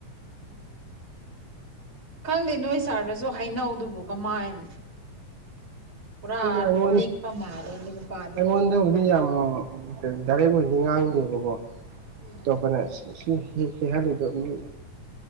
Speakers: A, on the right; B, on the right.
A: ꯎꯝ ꯈꯪꯗꯦ ꯅꯣꯏ ꯁꯥꯔꯗꯁꯨ ꯍꯩꯅꯧꯗꯨꯕꯨ ꯀꯃꯥꯏꯅ ꯇꯔ
B: ꯑꯩꯉꯣꯟ
A: ꯂꯤꯄ ꯃꯥꯜꯂꯦ ꯑꯗꯨꯝ ꯅꯨꯄꯥ
B: ꯑꯩꯉꯣꯟꯗꯕꯨꯗꯤ ꯌꯥꯝ ꯗꯥꯏꯔꯦꯛ ꯑꯣꯏꯗꯤ ꯉꯥꯡꯗꯦꯕꯀꯣ
A: ꯎꯝ
B: ꯑꯇꯣꯞꯄꯅ ꯁꯤ ꯍꯦꯛꯍꯜꯂꯤꯗꯕ ꯃꯤ